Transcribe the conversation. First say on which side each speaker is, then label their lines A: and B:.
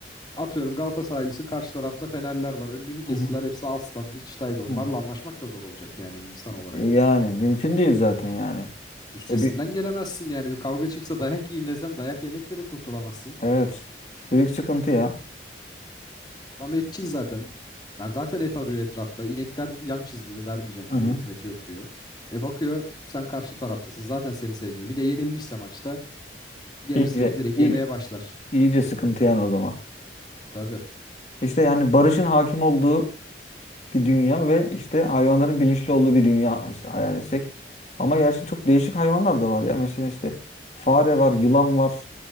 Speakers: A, on the left; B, on the left.
A: atıyorum Galatasaraylısın karşı tarafta Fenerler var önünü bir kestiler
B: Hı hı.
A: hepsi aslandı çitaydı onlarla
B: Hı.
A: anlaşmak da zor olacak yani bir insan olarak.
B: E, Yani mümkün değil zaten yani.
A: Üstesinden
B: E, bir-
A: gelemezsin yani bir kavga çıksa dayak yiyeyim desen dayak yemekle de kurtulamazsın.
B: evet. Büyük sıkıntı ya.
A: Adam etçil zaten. Yani zaten et arıyor etrafta. İnekler yan çiziyor vermeyeceğim
B: Hı
A: diyor
B: hı.
A: et meti yok diyor. E bakıyor sen karşı taraftasın zaten seni sevmiyor. Bir de yenilmişse maçta gelir
B: İyice,
A: seni direkt
B: iyi-
A: yemeye başlar.
B: iyice sıkıntı yani o zaman.
A: Tabii.
B: İşte yani barışın hakim olduğu bir dünya ve işte hayvanların bilinçli olduğu bir dünya işte hayal etsek. Ama gerçi çok değişik hayvanlar da var ya. Mesela işte fare var, yılan var,